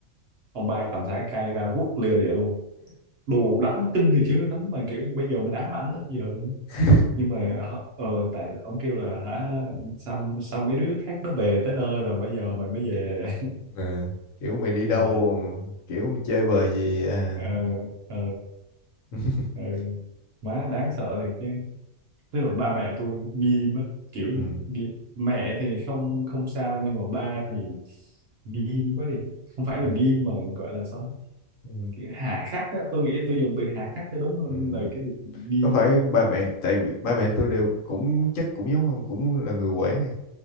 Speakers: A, on the right; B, on the left.
A: ông ba cầm thẳng khai ra quất lia lịa luôn đồ đánh kinh thì chứ đánh mà kiểu bây giờ mình ám ảnh tới giờ luôn
B: <laughs>
A: nhưng mà ờ, ờ, tại ông kêu là hả sao sao mấy đứa khác nó về tới nơi rồi bây giờ mày mới về <laughs>
B: Ờ, kiểu mày đi đâu
A: ờ
B: kiểu mày chơi bời gì à.
A: ờ ờ
B: <laughs>
A: ờ má đáng sợ thiệt chứ tức là ba mẹ tôi nghi mất kiểu
B: ừ.
A: nghi. mẹ thì không không sao nhưng mà ba thì nghiêm quá đi không phải
B: ừ,
A: là nghiêm mà gọi là sao
B: ừ,
A: Kiểu hà khắc á, tôi nghĩ tôi dùng từ hà khắc cho đúng hơn
B: ừ.
A: là cái việc nghiêm
B: có phải
A: á.
B: ba mẹ tại vì ba mẹ tôi đều cũng chắc cũng giống ông cũng là người quản à.